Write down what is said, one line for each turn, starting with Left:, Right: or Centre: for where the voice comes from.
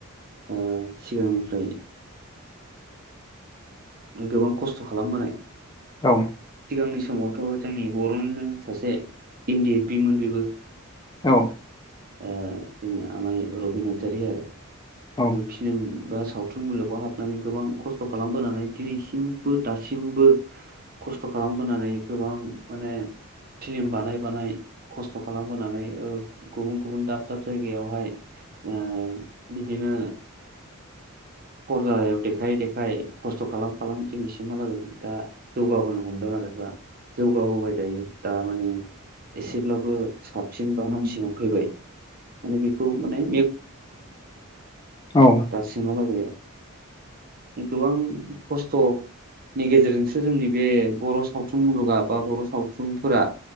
Right: ओ सिगांनिफ्राय गोबां खस्थ' खालामबोनाय
Left: औ
Right: सिगांनि समावथ' जोंनि बर'निजों सासे इनदि एफ बिमोन बेबो
Left: औ
Right: ओ जोंनि आमाय रबि नार्जारि आ
Left: औ
Right: फिलिम बा सावथुन मुलुगाव हाबनानै गोबां खस्थ' खालामबोनानै दिनैसिमबो दासिमबो खस्थ' खालामबोनानै गोबां माने। फिलिम बानाय बानाय। खस्थ' खालाम होनानै ओ गुबुन गुबुन दाब दाब जायगायावहाय। ओ बिदिनो फरदायाव देखाय देखाय खस्थ' खालाम खालाम दिनैसिमहालागै दा। जौगाबोनो हमदों आरो बा जौगाबोबाय दायो। दा माने एसेब्लाबो साबसिन बा हामसिनाव फैबाय। माने बेखौ माने
Left: औ
Right: दा सिमहालागैया गोबां खस्थ' नि गेजेरजोंसो जोंनि बे बर' सावथुन मुलुगा बा बर' सावथुनफोरा